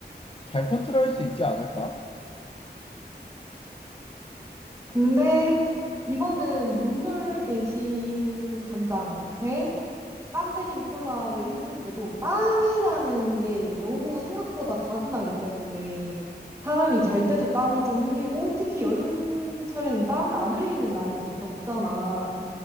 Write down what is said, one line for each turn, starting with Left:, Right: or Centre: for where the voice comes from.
Left: 잘 컨트롤할 수 있지 않을까?
Right: 근데 이거는 눈물 대신 간장 대 땀 대신 콜라를 했을 때도 땀이라는 게 너무 생각보다 자주 나기 때문에 사람이 잘 때도 땀을 좀 흘리고 특히 여름철에는 땀을 안 흘리는 날이 더 적잖아.